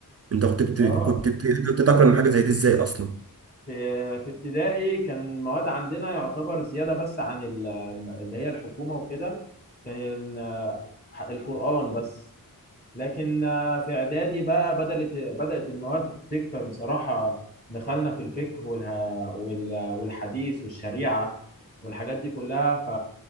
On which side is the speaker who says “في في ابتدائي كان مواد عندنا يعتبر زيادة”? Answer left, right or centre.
Left